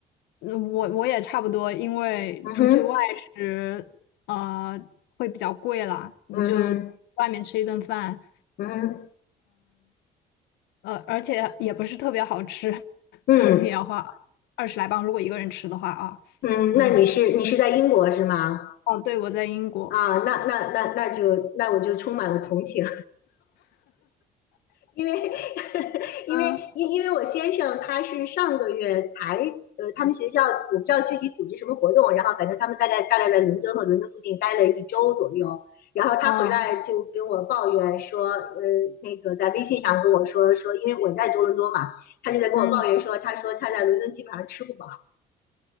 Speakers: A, on the left (about 85°); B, on the left (about 65°).
A: 嗯我我也差不多，因为出去外食，
B: 嗯哼，
A: 呃，会比较贵啦。你就外面吃一顿饭，
B: 嗯哼，嗯哼，
A: 呃，而且也不是特别好吃，<laughs>
B: 嗯
A: 可能也要花二十来磅，如果一个人吃的话啊。
B: 嗯，
A: 嗯，
B: 那你是你是在英国是吗？
A: 哦，对，我在英国。
B: 啊，那那那那就那我就充满了同情，<laughs> 因为 <laughs> 因为因因为我先生他是上个月才呃，
A: 嗯
B: 他们学校我不知道具体组织什么活动，然后反正他们大概大概在伦敦和伦敦附近待了一周左右，然后他回来就跟我抱怨说，
A: 嗯
B: 呃，那个在微信上跟我说说，因为我在多伦多嘛，他就在跟我抱怨说，
A: 嗯，
B: 他说他在伦敦基本上吃不饱。